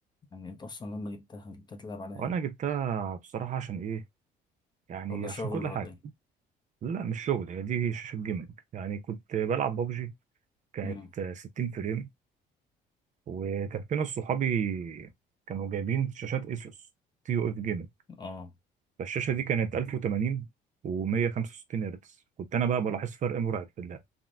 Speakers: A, on the left; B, on the right.
A: يعني أنت أصلا لما جبتها جبتها تلعب عليها
B: وأنا
A: إيه؟
B: جبتها بصراحة عشان إيه يعني
A: ولا شغل
B: عشان كل
A: ولا
B: حاجة
A: إيه؟
B: لا مش شغل هي دي شاشة جيمنج يعني كنت بلعب بابجي كانت
A: أمم
B: 60 فريم وكان في ناس صحابي كانوا جايبين شاشات اسوس تي يو اف جيمنج
A: آه
B: فالشاشة دي كانت 1080 و165 هرتز كنت انا بقى بلاحظ فرق مرعب في اللعب